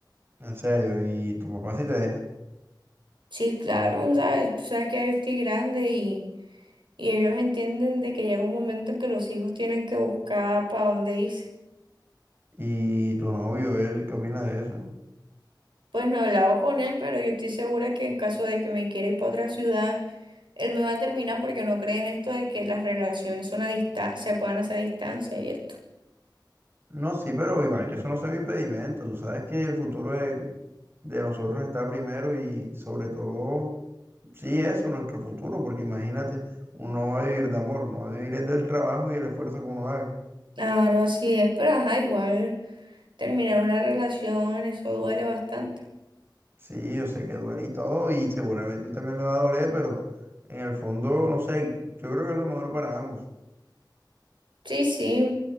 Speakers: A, on the right; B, on the right.
A: En serio, ¿y tu papá sí te deja?
B: Sí, claro, ¿sabes? Tú sabes que ya yo estoy grande y, y ellos entienden de que llega un momento en que los hijos tienen que buscar para dónde irse.
A: ¿Y tu novio, él, qué opina de eso?
B: Pues no he hablado con él, pero yo estoy segura que en caso de que me quiera ir para otra ciudad, Él me va a terminar porque no cree en esto de que las relaciones son a dista- se puedan hacer a distancia y esto.
A: No, sí, pero igual que eso no sea un impedimento. Tú sabes que el futuro es de nosotros está primero y sobre todo, sí, eso, nuestro futuro, porque imagínate, uno no va a vivir de amor, uno va a vivir es del trabajo y el esfuerzo que uno haga.
B: Claro, así es, pero ajá, igual terminar una relación, eso duele bastante.
A: Sí, yo sé que duele y todo, y seguramente él también le va a doler, pero en el fondo, no sé, yo creo que es lo mejor para ambos.
B: Sí, sí,